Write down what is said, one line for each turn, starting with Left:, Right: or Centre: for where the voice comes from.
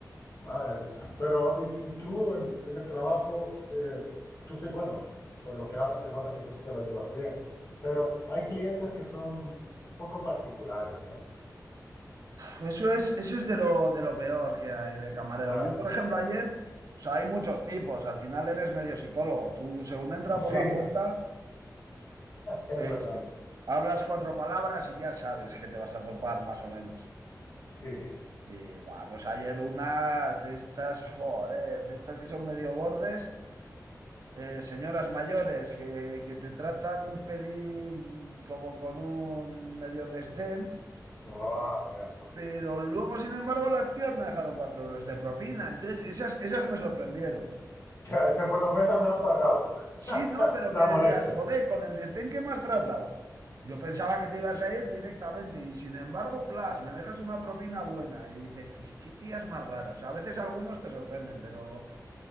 Left: Madre mía. Pero, ¿y, y tú en, en el trabajo, eh, tú sí, bueno, por lo que hablas se nota que tú sí que lo llevas bien, pero hay clientes que son un poco particulares, ¿no?
Right: Pues Eso es, eso es de lo, de lo peor que hay de camarero.
Left: Claro.
Right: Yo, por ejemplo, ayer, o sea, hay muchos tipos, al final eres medio psicólogo. Tú, según entra
Left: Y sí,
Right: por la
Left: <laughs>
Right: puerta,
Left: es
Right: sí,
Left: verdad.
Right: sí, hablas cuatro palabras y ya sabes que te vas a topar más o menos.
Left: Sí.
Right: Y va, pues ayer unas de estas, joder, de estas que son medio bordes, eh, señoras mayores que, que te tratan un pelín como con un medio desdén,
Left: ¡Oh, qué asco!
Right: pero luego, sin embargo, las tías me dejaron cuatro euros de propina. Entonces, esas, esas me sorprendieron.
Left: Que a ese por lo menos me han pagado <laughs>
Right: Sí, no, pero
Left: la
Right: que decías,
Left: molestia.
Right: joder, con el desdén que me has tratado. Yo pensaba que te ibas a ir directamente y sin embargo, plas, me dejas una propina buena y dices, "Pues, qué tías más raras. O sea, a veces algunos te sorprenden, pero...